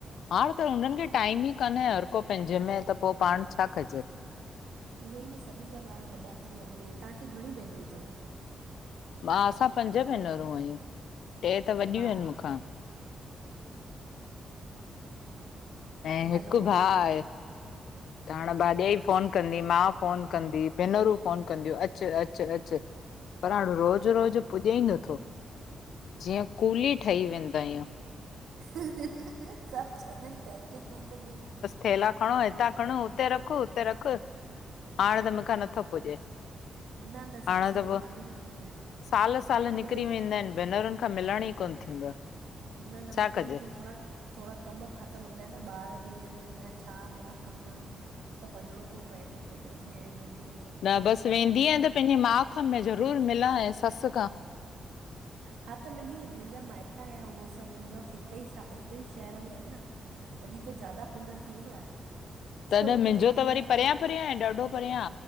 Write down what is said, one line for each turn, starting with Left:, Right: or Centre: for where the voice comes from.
Left: हाणे त हुनन खे टाइम ई काने हर को पैंजे में त पो पाण छा कजे।
Right: उहे ई न सभिन जा ॿार वॾा थी व्या उहे ई आ ताहांखे घणी भेनरूं तव?
Left: मां असां पंज भेनरूं आयूं, टे त वॾियूं
Right: ऐं भाउ
Left: आहिन मूंखां। ऐं हिक
Right: हैलो
Left: भा आहे, त हाणे भाॾाई
Right: अच्छा
Left: फोन कंदी मां फोन कंदी भेनरूं, फोन कंदियूं, अच अच अच पर हाणे रोज़ रोज रोज पुॼ ई नथो जीअं कूली ठही वेंदा आयूं।
Right: सभ चैन पकिंग <unintelligible>
Left: थेला खणो हितां खणो हुते रख उते रख हाणे त मूंखां नथो पुॾे।
Right: न न
Left: हाणे
Right: सची
Left: त
Right: में
Left: पो,
Right: मां बि न वेंदी आहियां
Left: साल साल
Right: लेकिन
Left: निकरी वेंदा आहिन भेनरुन खां मिलण ई कोन थींदो आ।
Right: न न
Left: छा
Right: मुखे
Left: कजे?
Right: लेकिन थोड़ा थोड़ा कम फाथल हूंदा इन न ॿार ॿि ऐन या छा ब्या कम त वंञणो प्यो पए पतो तव छहे महिने
Left: न ॿस वेंदी आयां त पैंॼे मां खां ज़रूर मिलां ऐं सस खां।
Right: हा त मुंजी मुंजा मायका ऐं उहो सभ इनलॉज हिक ई सां हिक ई शहर में इन न। जादा पिनड़ थी वेंदो आहे। त
Left: तॾै
Right: उते
Left: मिंॼो त
Right: न
Left: वरी
Right: वञ
Left: परयां परयां ऐं ॾाढो परयां